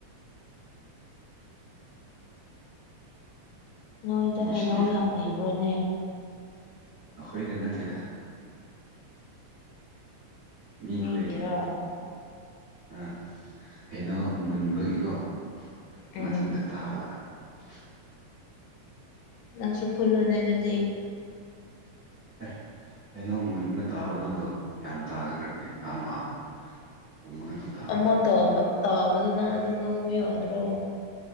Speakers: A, on the left; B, on the right.
A: ꯅꯣꯏꯗ
B: ꯅꯨꯡꯁꯤꯗ
A: ꯍꯩꯅꯧ ꯌꯥꯝ ꯂꯩꯕ꯭ꯔꯣꯅꯦ
B: ꯈꯣꯏꯗ ꯅꯠꯇꯦꯗ ꯃꯤꯈꯣꯏꯒꯤꯅꯦ
A: ꯃꯤꯒꯤꯔꯣ
B: ꯑꯥ ꯀꯩꯅꯣ ꯃꯨꯟꯕꯒꯤꯀꯣ
A: ꯎꯝ
B: ꯃꯊꯟꯇ ꯇꯥꯕ <unintelligible>
A: ꯅꯪꯁꯨ ꯈꯨꯜꯂꯨꯅꯦ ꯑꯗꯨꯗꯤ
B: ꯑ ꯑꯩꯅꯧ ꯃꯨꯟꯕ ꯇꯥꯕꯗꯕꯨ ꯌꯥꯝ ꯇꯥꯈꯗ꯭ꯔꯕꯅꯤ ꯑꯃ ꯒꯨꯝꯕ ꯉꯥꯛꯇꯪ ꯇꯥꯕꯗꯕꯨ
A: ꯑꯃ ꯇꯕ ꯇꯥꯕꯗꯨꯅ ꯑꯗꯨꯝ ꯂꯧꯕ ꯌꯥꯗ꯭ꯔꯣ